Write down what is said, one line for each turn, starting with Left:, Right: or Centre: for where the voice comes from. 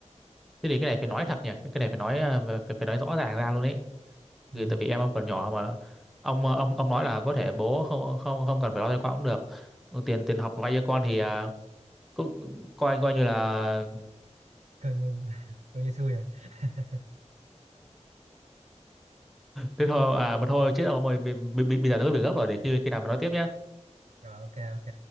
Centre: thế thì cái này
Right: nên
Centre: phải
Right: là
Centre: nói thật nhỉ cái này phải nói ờ, phải, phải phải nói rõ ràng ra luôn ấy
Right: ừ,
Centre: vì tại vì em ông còn nhỏ mà ông ờ, ông ông nói là có thể bố không không không cần phải lo cho con cũng được Ừ, tiền tiền học vay cho con thì à, cũng coi coi như là
Right: coi như <laughs> coi như xui à <laughs>
Centre: thế thôi à mà thôi chết rồi bây bây- bây- bây giờ tớ có việc gấp rồi để khi khi nào mình nói tiếp nhá.
Right: rồi ok ok